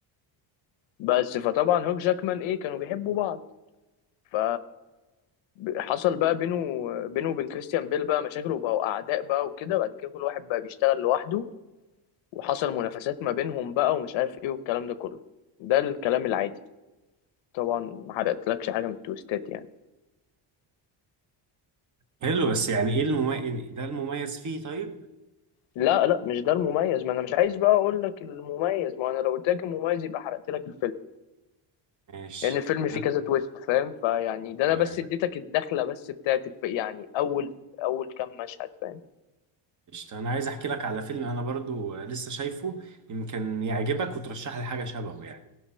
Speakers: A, on the left; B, on the right.
A: بس فطبعا هوك جاكمان ايه كانوا بيحبوا بعض ف حصل بقى بينه بينه وبين كريستيان بيل بقى مشاكل وبقوا اعداء بقى وكده بعد كده كل واحد بقى بيشتغل لوحده وحصل منافسات ما بينهم بقى ومش عارف ايه والكلام ده كله ده الكلام العادي طبعا ما حرقتلكش حاجه من التويستات يعني
B: حلو بس يعني ايه المميز ده المميز فيه طيب
A: لا لا مش ده المميز ما انا مش عايز بقى اقول لك المميز ما انا لو قلت لك المميز يبقى حرقت لك الفيلم
B: ماشي
A: لان الفيلم فيه
B: أنا-
A: كذا تويست فاهم فيعني ده انا
B: آه،
A: بس اديتك الدخله بس بتاعت الف... يعني اول اول كام مشهد فاهم
B: قشطة. انا عايز احكي لك على فيلم انا برضو آه، لسه شايفه يمكن يعجبك وترشح لي حاجه شبهه يعني